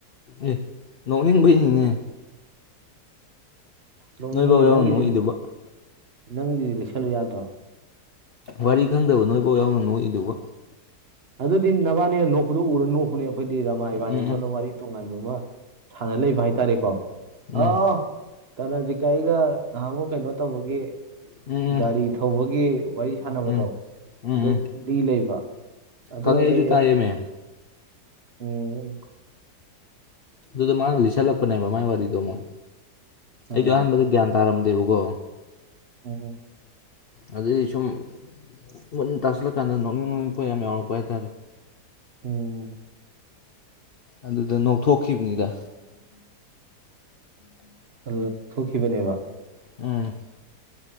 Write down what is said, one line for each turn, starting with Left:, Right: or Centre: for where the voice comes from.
Left: ꯑꯦ ꯅꯣꯡꯅꯤꯡ ꯕꯩꯅꯤꯅꯦ
Right: ꯅꯣꯡꯅꯤꯡꯕꯩ
Left: ꯅꯣꯏꯐꯧ ꯌꯥꯎꯅ
Right: ꯅꯪꯒꯤꯖꯨ
Left: ꯅꯣꯛꯏꯗꯨꯕ
Right: ꯅꯪꯒꯤꯖꯨ ꯂꯩꯁꯜꯂꯨ ꯌꯥꯗ꯭ꯔꯣ
Left: ꯋꯥꯔꯤ ꯈꯪꯗꯕ ꯅꯣꯏꯐꯥꯎ ꯌꯥꯎꯅ ꯅꯣꯛꯏꯗꯨꯕꯨ
Right: ꯑꯗꯨꯗꯤ ꯅꯕꯥꯟꯅꯤꯅ ꯅꯣꯛꯄꯗꯣ ꯎꯔ ꯅꯣꯛꯄꯅꯦ ꯑꯈꯣꯏꯗꯤ ꯔꯃꯥ ꯏꯕꯥꯟꯅꯤ
Left: ꯎꯝ ꯎꯝ
Right: ꯁꯣꯝꯗ
Left: ꯎꯝ
Right: ꯋꯥꯔꯤ ꯇꯣꯡꯉꯥꯟꯕ ꯑꯃ ꯁꯥꯟꯅ ꯂꯩꯕ ꯍꯥꯏꯇꯥꯔꯦꯀꯣ
Left: ꯎꯝ
Right: ꯑꯧ ꯀꯔꯅꯖꯤꯠ ꯀ ꯑꯩꯒ ꯉꯍꯥꯟꯃꯨꯛ ꯀꯩꯅꯣ ꯇꯧꯕꯒꯤ
Left: ꯎꯝ ꯎꯝ
Right: ꯒꯥꯔꯤ ꯊꯧꯕꯒꯤ ꯋꯥꯔꯤ ꯁꯥꯟꯅꯕꯗꯣ
Left: ꯎꯝ ꯎꯝ
Right: ꯑꯗꯨ
Left: ꯎꯝ
Right: ꯂꯤ ꯂꯩꯕ ꯑꯗꯨꯒꯗꯤ
Left: ꯈꯪꯉꯦ ꯑꯩꯁꯨꯨ ꯇꯥꯏꯌꯦ ꯃꯦ
Right: ꯎꯝ
Left: ꯑꯗꯨꯗ ꯃꯥꯅ ꯂꯤꯁꯜꯂꯛꯄꯅꯦꯕ ꯃꯥꯏ ꯋꯥꯔꯤꯗꯣ ꯑꯃꯨꯛ
Right: ꯑ
Left: ꯑꯩꯖꯨ ꯑꯍꯥꯟꯕꯗ ꯒ꯭ꯌꯥꯟ ꯇꯥꯔꯝꯗꯦꯕꯀꯣ
Right: ꯑꯣ
Left: ꯑꯗꯨꯗꯒꯤ ꯁꯨꯝ ꯃꯨꯟꯅ ꯇꯥꯁꯤꯜꯂ ꯀꯥꯟꯗ ꯅꯣꯛꯅꯤꯡ ꯅꯣꯛꯅꯤꯡ ꯉꯛꯄ ꯌꯥꯝ ꯌꯥꯎꯔꯛꯄ ꯍꯥꯏꯇꯥꯔꯦ
Right: ꯎꯝ
Left: ꯑꯗꯨꯗ ꯅꯣꯛꯊꯣꯛꯈꯤꯕꯅꯤꯗ
Right: ꯑꯗꯨꯗ ꯊꯣꯛꯈꯤꯕꯅꯦꯕ
Left: ꯎꯝ